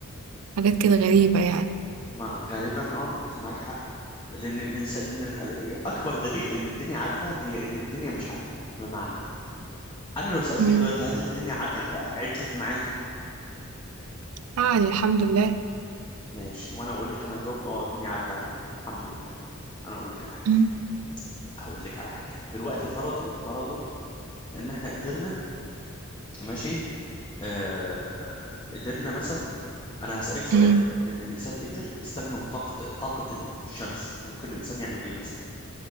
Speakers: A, on the right; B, on the left.
A: حاجات كده غريبة يعني
B: ما غالبا اه انت معاك حق لان الانسان لان ال- اكبر دليل ان الدنيا عادله هي ان الدنيا مش عادله بمعنى انا لو سالتك
A: مم.
B: دلوقتي هل الدنيا ع- عدلت معاكي
A: يعني الحمد لله
B: ماشي وانا اقول لك انا هجاوب اه الدنيا عادله معايا الحمد لله انا اقول لك على حاجه
A: مم.
B: هقول لك على حاجه دلوقتي فرضا فرضا ان احنا قدرنا ماشي آه قدرنا مثلا انا هسالك سؤال
A: مم.
B: ان الانسان قدر يستخدم طاقه طاقه الشمس ممكن الانسان يعمل ايه مثلا